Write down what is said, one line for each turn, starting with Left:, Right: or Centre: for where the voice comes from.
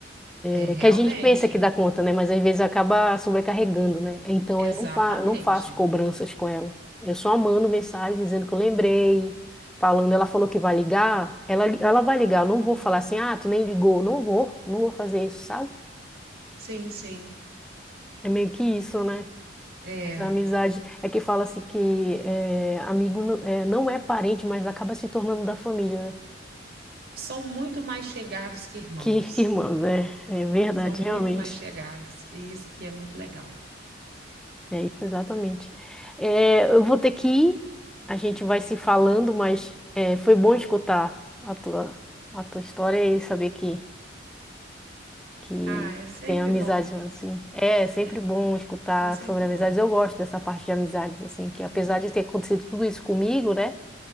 Right: é
Centre: É
Right: realmente.
Centre: que a gente pensa que dá conta, né? Mas às vezes acaba sobrecarregando, né? Então
Right: Exatamente.
Centre: eu não, fa não faço cobranças com ela. Eu só mando mensagem dizendo que eu lembrei, falando, ela falou que vai ligar, ela, li- ela vai ligar. Eu não vou falar assim, ah, tu nem ligou. Não vou, não vou fazer isso, sabe?
Right: Sim, sim.
Centre: É meio que isso, né?
Right: É.
Centre: Essa amizade é que fala assim que é, amigo não é, não é parente, mas acaba se tornando da família, né?
Right: são muito mais chegados que irmãos.
Centre: Que, que irmãos, é, é verdade,
Right: São muito
Centre: realmente.
Right: mais chegados. E isso que é muito legal.
Centre: É isso, exatamente. É, eu vou ter que ir, a gente vai se falando, mas é, foi bom escutar a tua, a tua história e saber que, que
Right: Ah, é sempre
Centre: tem amizades,
Right: bom.
Centre: assim. É sempre
Right: É,
Centre: bom escutar
Right: é sempre
Centre: sobre
Right: bom.
Centre: amizades. Eu gosto dessa parte de amizades, assim, que apesar
Right: É
Centre: de ter acontecido tudo isso comigo, né?